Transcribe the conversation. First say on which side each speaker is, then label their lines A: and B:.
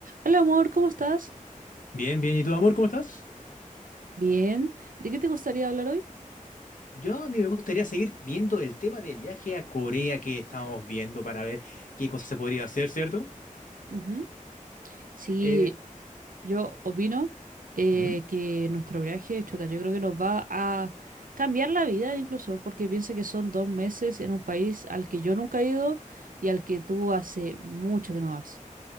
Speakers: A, on the right; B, on the left.
A: Hola amor, ¿cómo estás?
B: Bien, bien. ¿Y tú, amor, cómo estás?
A: Bien. ¿De qué te gustaría hablar hoy?
B: Yo a mí me gustaría seguir viendo el tema del viaje a Corea que estamos viendo para ver qué cosas se podría hacer, ¿cierto?
A: Ujú. Sí,
B: Eh,
A: yo opino eh,
B: ujú,
A: que nuestro viaje, chuta, yo creo que nos va a cambiar la vida incluso, porque piensa que son dos meses en un país al que yo nunca he ido y al que tú hace mucho que no vas.